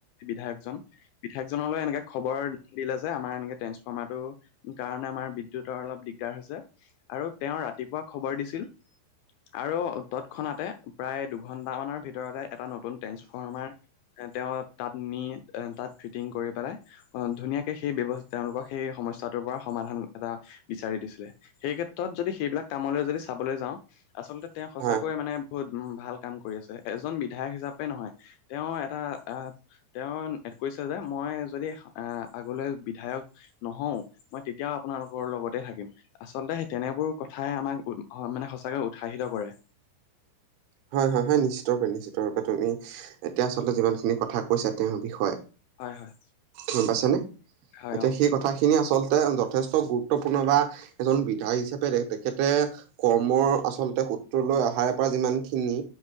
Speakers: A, on the left; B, on the right.
A: বিধায়ক। বিধায়কজনলৈ এনেকে খবৰ দিলে যে আমাৰ এনেকে ট্ৰেন্সফৰ্মাৰ টো, কাৰণে আমাৰ বিদ্যুতৰ অলপ দিগদাৰ হৈছে আৰু তেওঁ ৰাতিপুৱা খবৰ দিছিল। আৰু তৎক্ষণাতে প্ৰায় দুঘন্টা মানৰ ভিতৰতে এটা নতুন ট্ৰেন্সফৰ্মাৰ, তেওঁ তাত নি এ তাত ফিটিং কৰি পেলাই। অ ধুনীয়াকে সেই ব্যৱ তেওঁলোক সেই সমস্যাটোৰ পৰা সমাধান এটা বিচাৰি দিছিলে। সেই ক্ষেত্ৰত যদি সেইবিলাক কামলৈ যদি চাবলৈ যাওঁ আচলতে তেওঁ সঁচাকৈয়ে
B: হয়
A: মানে। বহুত উ ভাল কাম কৰি আছে এজন বিধায়ক হিচাপে নহয় তেওঁ এটা তেওঁৰ, তেখেতে কৈছে যে মই যদি আহ আগলৈ বিধায়ক। নহও মই তেতিয়াও আপোনালোকৰ লগতে থাকিম। আচলতে সেই তেনেবোৰ কথাই আমাক উ মানে সঁচাকৈ উৎসাহিত কৰে।
B: হয় হয় হয় নিশ্চিত ৰূপে নিশ্চিত ৰূপে তুমি এতিয়া আচলতে যিমানখিনি কথা কৈছা তেওঁৰ বিষয়ে।
A: হয় হয়
B: গম পাইছানে
A: হয়
B: এতিয়া
A: অ
B: সেই কথা। কথাখিনি আচলতে যথেষ্ট গুৰুত্বপূৰ্ণ বা এজন বিধায়ক হিচাপে তেখেতে, কৰ্মৰ আচলতে সূত্ৰলৈ অহাৰে পৰা যিমানখিনি।